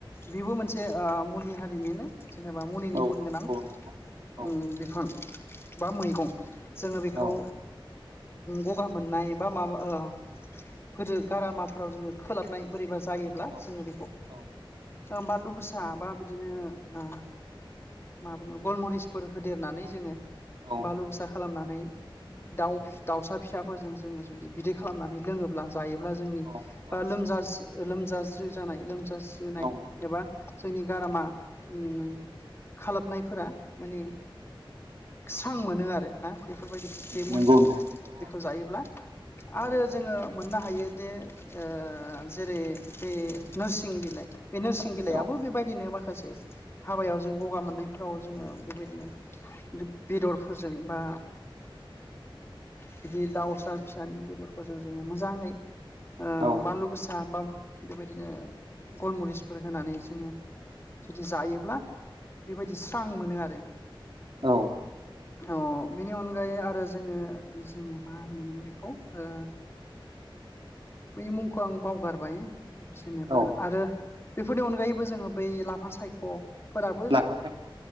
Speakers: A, on the left; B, on the right.
A: बेबो मोनसे ओ मुलि हारिनिनो। जेनेबा मुलिनि
B: औ
A: गुन गोनां
B: नंगौ नंगौ औ
A: उम बिफां बा मैगं। जोङो बेखौ
B: औ
A: गगा मोननाय बा माबा ओ गोदो गारामाफोराव जोङो खोलाबनाय बोरैबा जायोब्ला
B: औ
A: जोङो बेखौ
B: औ
A: बानलु गोसा बा बि दिनो ओ मा बुङो गलमरिसफोर होदेरनानै जोङो
B: औ
A: बालु गोसा खालामनानै दाउ दाउसा फिसाफोरजों जोङो जुदि बिदै खालामनानै लोङोब्ला जायोब्ला जोंनि
B: औ औ
A: ओ लोमजाज लोमजाज्रो जानाय लोमजाज्रोनाय
B: औ
A: एबा जोंनि गारामा उम खालाबनायफोरा माने स्रां मोनो आरो ना बेफोरबायदि बे मुलि
B: नंगौ नोंथां नंगौ
A: बेखौ जायोब्ला आरो
B: औ
A: जोङो मोननो हायो जे ओ जेरै बे नोरसिं बिलाइ बे नोरसिं बिलाइआबो
B: औ
A: बेबाय इदिनो माखासे हाबायाव जों गगा मोननायफ्राव जोङो बेबायदिनो बेदरफोरजों बा बिदि दाउसा फिसानि बेदरफोरजों जोङो मोजाङै। ओ
B: औ
A: बानलु गोसा बा बेबायदिनो गलमुरिसफोर होनानै जोङो जुदि जायोब्ला बेबायदि स्रां मोनो आरो।
B: औ
A: अ बेनि अनगायै आरो जोङो जोङो मा होनोमोन बेखौ ओ
B: <unintelligible>
A: बेनि मुंखौ आं बावगारबाय जेनेबा
B: औ औ
A: आरो बेफोरनि अनगायैबो जोङो बै लाफा सायख' फोराबो
B: लाफा सायख'